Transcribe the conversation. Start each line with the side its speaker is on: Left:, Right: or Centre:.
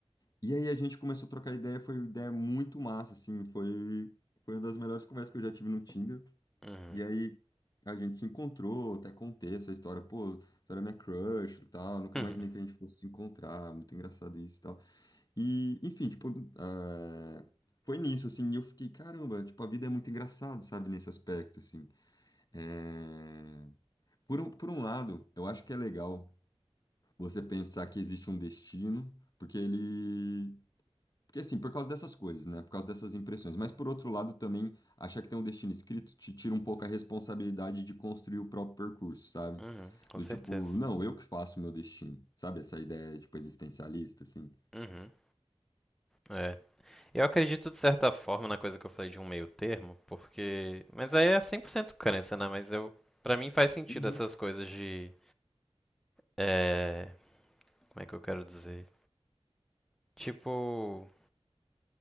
Left: E aí a gente começou a trocar ideia, foi uma ideia muito massa assim, foi foi uma das melhores conversas que eu já tive no Tinder.
Centre: uhum,
Left: E aí a gente se encontrou, até contei essa história, pô, você era minha crush e tal, nunca
Centre: uhum,
Left: imaginei que a gente fosse se encontrar, muito engraçado isso e tal. E, enfim, tipo, eh, foi nisso, assim, e eu fiquei, caramba, tipo, a vida é muito engraçada, sabe, nesse aspecto, assim. É, Por um, por um lado, eu acho que é legal você pensar que existe um destino, porque ele. Porque assim, por causa dessas coisas, né? Por causa dessas impressões. Mas por outro lado, também achar que tem um destino escrito te tira um pouco a responsabilidade de construir o próprio percurso, sabe?
Centre: uhum, com
Left: Do
Centre: certeza.
Left: tipo, não, eu que faço o meu destino, sabe? Essa ideia, tipo, existencialista, assim.
Centre: Uhum. É. Eu acredito de certa forma na coisa que eu falei de um meio termo, porque. Mas aí é 100% crença, né? Mas eu. Pra mim faz sentido
Left: Uhum.
Centre: essas coisas de. É, Como é que eu quero dizer? Tipo,